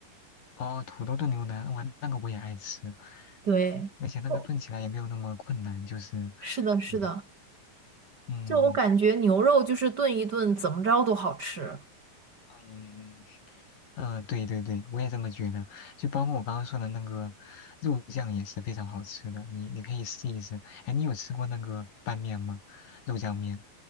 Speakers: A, on the left (about 70°); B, on the right (about 35°).
A: 哦，土豆炖牛腩，哇，那个我也爱吃，
B: 对，
A: 而且那个炖起来也没有那么困难，
B: 哦，
A: 就是，
B: 是的，是的，
A: 嗯嗯
B: 就我感觉牛肉就是炖一炖，怎么着都好吃。
A: 嗯，嗯，对对对，我也这么觉得。就包括我刚刚说的那个肉酱也是非常好吃的，你你可以试一试。哎，你有吃过那个拌面吗？肉酱面？